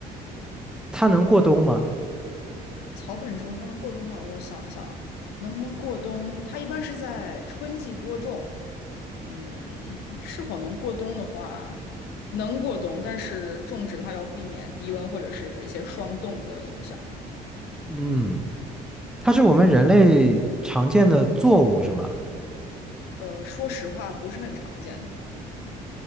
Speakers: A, in the centre; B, on the left.
A: 它能过冬吗？
B: 草本植物它能过冬吗？我想一下啊，能不能过冬？它一般是在春季播种。嗯，是否能过冬的话，能过冬，但是种植的话要避免低温或者是一些霜冻的影响。
A: 嗯，它是我们人类常见的作物是吗？
B: 呃，说实话不是很常见，